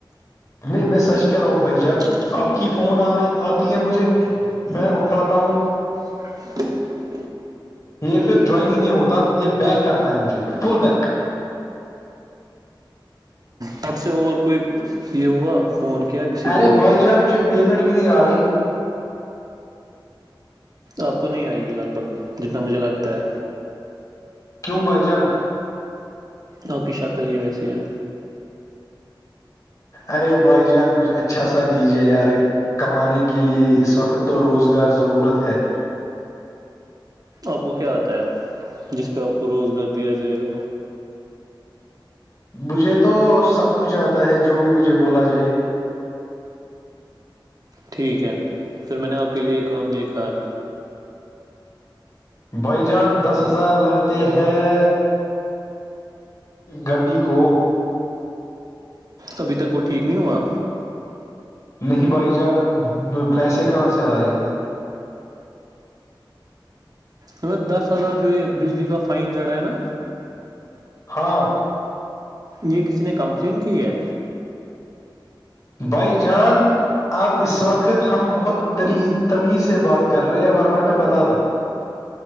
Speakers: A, on the left; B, on the right.
A: نہیں میں سچ کہہ رہا ہوں بھائی
B: ہے
A: جان آپ کی فون آ رہی آتی ہے مجھے میں اٹھاتا ہوں
B: <unintelligible>
A: یہ پھر جوائن ہی نہیں ہوتا یہ بیک کرتا ہے مجھے فل بیک
B: تب سے اور کوئی یہ ہوا فون کیا کسی کو
A: ارے
B: اور
A: بائی
B: کو؟
A: جان مجھے پیمنٹ بھی نہیں آ رہی
B: آپ کو نہیں آئے گی لگ بھگ جتنا مجھے لگتا ہے
A: کیوں بھائی جان
B: اوک شکل ہی ویسی ہے
A: ارے بھائی جار کچھ اچھا سا دیجیے یار کمانے کی کے لیے اس وقت تو روزگار ضرورت ہے
B: آپ کو کیا آتا ہے جس پہ آپ کو روزگار دیا جائے گا
A: مجھے تو سب کچھ آتا ہے جو بھی مجھے بولا جائے
B: ٹھیک ہے پھر میں نے آپ کے لیے ایک کام دیکھا ہے
A: بھائی جان دس ہزار لگتے ہے گاڈی کو
B: ابھی تک وہ ٹھیک نہیں ہوا
A: نہیں بھائی جان پیسے کہاں سے لیں گے
B: ہمیں دس ہزار جو یہ بجلی کا فائن چڑھا ہے نا
A: ہاں
B: یہ کسی نے کمپلین کی ہے
A: بھائی جان اب اس وقت ہم بہت تری تمیز سے بات کر رہے ورنہ میں بتاا